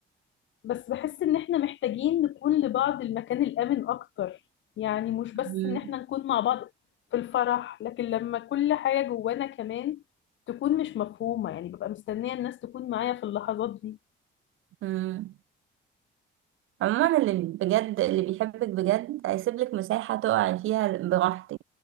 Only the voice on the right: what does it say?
مم.
مم. عموما اللي بجد اللي بيحبك بجد هيسيبلك مساحة تقعي فيها براحتك